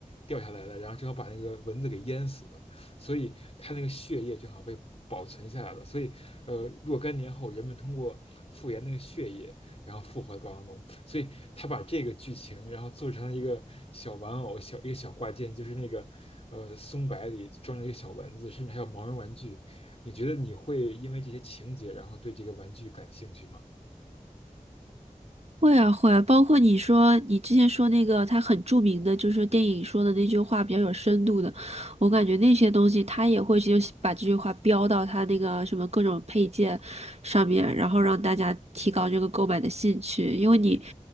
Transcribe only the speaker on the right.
会啊会啊，包括你说你之前说那个他很著名的，就是电影说的那句话比较有深度的，我感觉那些东西他也会去把这句话标到他那个什么各种配件上面，然后让大家提高这个购买的兴趣，因为你